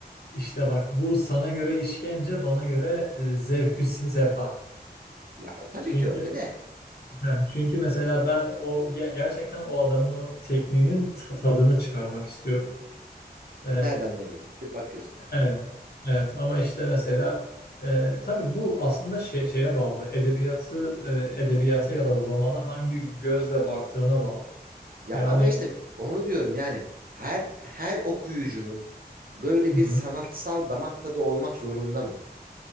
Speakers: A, on the left; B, on the right.
A: işte bak bu sana göre işkence, bana göre e, zevkü se- sefa.
B: Ya tabii
A: Çünkü
B: ki öyle de.
A: <laughs> heh, çünkü mesela ben o ge- gerçekten o adamın o tekniğinin ta- tadını çıkarmak istiyorum.
B: Ha,
A: E,
B: nereden nereye gitti? Bakıyorsun.
A: evet.
B: Anladım.
A: Evet ama işte mesela e, tabii bu aslında şey, şeye bağlı. Edebiyatı e, edebiyata ya da romana hangi gözle baktığına bağlı.
B: Ya
A: Yani
B: ama işte onu diyorum yani her her okuyucunun böyle
A: hı
B: bir
A: hı.
B: sanatsal damak tadı olmak zorunda mı?